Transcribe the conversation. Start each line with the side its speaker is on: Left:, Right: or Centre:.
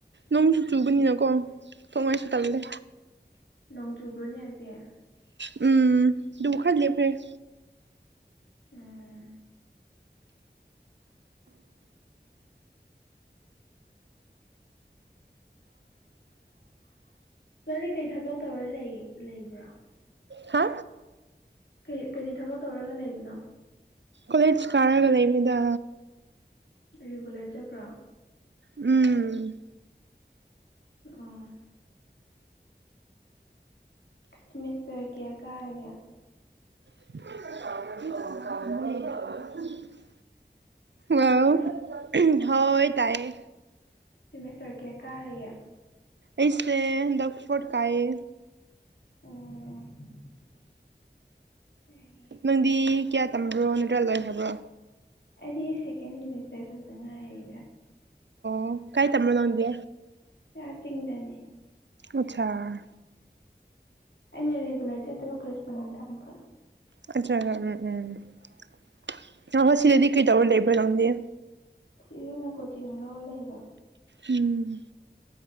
Right: ꯅꯣꯡꯁꯨ ꯆꯨꯕꯅꯤꯅꯀꯣ ꯊꯣꯛꯉꯩꯁꯨ ꯇꯜꯂ
Left: ꯅꯣꯡ ꯆꯨꯕ꯭ꯔꯣꯅꯦ ꯍꯖꯤꯛ
Right: ꯎꯝ ꯗꯨꯈꯔ ꯂꯦꯄꯈꯔ꯭ꯦ
Left: ꯎꯝ ꯅꯥꯪꯗ ꯀꯩ ꯊꯕꯛ ꯇꯧꯔ ꯂꯩ ꯂꯩꯕ꯭ꯔꯥ
Right: ꯍꯥ
Left: ꯀꯔꯤ ꯀꯔꯤ ꯊꯕꯛ ꯇꯧꯔꯒ ꯂꯩꯕꯅꯣ
Right: ꯀꯣꯂꯦꯖ ꯀꯥꯔꯒ ꯂꯩꯕꯅꯤꯗ
Left: ꯔꯤꯒꯨꯂꯔ ꯆꯠꯄ꯭ꯔꯣ
Right: ꯎꯝ
Left: ꯑꯣ ꯁꯦꯃꯦꯁꯇꯔ ꯀꯌꯥ ꯀꯔꯒꯦ
Right: <unintelligible>
Left: ꯇꯥꯕꯔꯥ
Right: ꯋꯥꯎ ꯍꯣꯏ ꯇꯥꯏꯌꯦ
Left: ꯁꯤꯃꯦꯁꯇꯔ ꯀꯌꯥ ꯀꯔꯒꯦ
Right: ꯑꯩꯁꯦ ꯍꯟꯗꯛ ꯐꯑꯣꯔꯊ ꯀꯥꯌꯦ
Left: ꯑꯣ ꯑꯍꯦ
Right: ꯅꯪꯗꯤ ꯀꯌꯥ ꯇꯝꯕ꯭ꯔꯣ ꯅꯠꯇ꯭ꯔꯥ ꯂꯣꯏꯈ꯭ꯔꯕ꯭ꯔꯣ
Left: ꯑꯩꯗꯤ ꯁꯀꯦꯟ ꯁꯦꯃꯦꯁꯇꯔ ꯇꯩꯗ ꯉꯥꯏꯔꯤꯗ
Right: ꯑꯣ ꯀꯥꯏ ꯇꯝꯕꯅꯣ ꯅꯪꯗꯤ
Left: ꯑꯥ ꯆꯤꯡꯗꯅꯦ
Right: ꯑꯆꯥꯥ
Left: ꯑꯩꯅ ꯔꯦꯒꯨꯂꯔ ꯆꯠꯇꯕ ꯀꯣꯔꯦꯁꯄꯣꯟꯗꯤꯡ ꯊꯝꯕ
Right: ꯅꯠꯇ꯭ꯔꯒ ꯅꯦ ꯎꯝ ꯍꯣꯏ ꯁꯤꯗꯗꯤ ꯀꯩꯇꯧꯔ ꯂꯩꯕ꯭ꯔꯥ ꯅꯪꯗꯤ
Left: ꯐꯨꯔꯤꯠ ꯑꯣꯏꯅ ꯀꯣꯆꯤꯡ ꯂꯧꯔ ꯂꯩꯕ
Right: ꯎꯝ